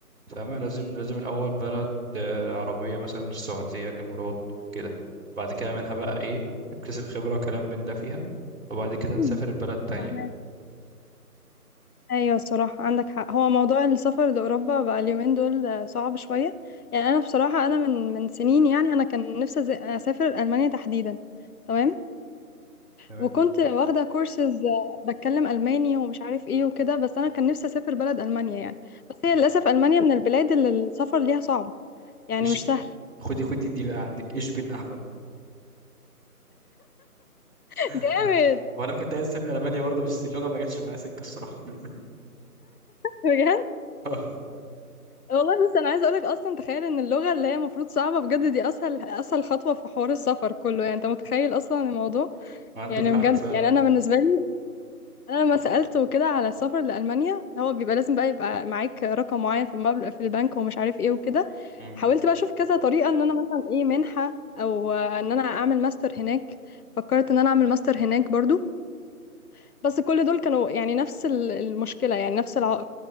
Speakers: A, on the right (about 60°); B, on the left (about 70°).
A: فاهمة لازم لازم الاول بلد آه، عربيه مثلا السعوديه الامارات كده بعد كده منها بقى ايه اكتسب خبره وكلام من ده فيها وبعد كده
B: أيوة.
A: نسافر البلد تانية
B: <laughs> ايوه الصراحه عندك حق هو موضوع السفر لاوروبا بقى اليومين دول آه، صعب شويه يعني انا بصراحه انا من من سنين يعني انا كان نفسي أز- اسافر المانيا تحديدا تمام
A: تمام
B: وكنت واخده كورسز بتكلم الماني ومش عارف ايه وكده بس انا كان نفسي اسافر بلد المانيا يعني بس
A: مم.
B: هي للاسف المانيا من البلاد اللي السفر ليها صعب يعني
A: إيش
B: مش سهل
A: خدي خدي دي بقى عندك ايش بن احمد
B: <laughs>
A: <laughs>
B: جامد
A: آه، ما انا كنت عايز اسافر المانيا برضه بس اللغه ما جاتش معايا سكه الصراحه <laughs>
B: بجد
A: آه،
B: والله بس انا عايزه اقولك اصلا تخيل ان اللغه اللي هي المفروض صعبه بجد دي اسهل اسهل خطوه في حوار السفر كله يعني انت متخيل اصلا الموضوع
A: عندك
B: يعني
A: حق
B: بجد
A: فعلا
B: يعني انا بالنسبه لي انا لما سالته كده على السفر لالمانيا هو بيبقى لازم بقى يبقى معاك رقم معين في المبلغ في البنك ومش عارف ايه وكده
A: مم.
B: حاولت بقى اشوف كذا طريقه ان انا مثلا ايه منحه او آه، ان انا اعمل ماستر هناك فكرت ان انا اعمل ماستر هناك برضو بس كل دول كانوا يعني نفس ال- المشكلة يعني نفس العائق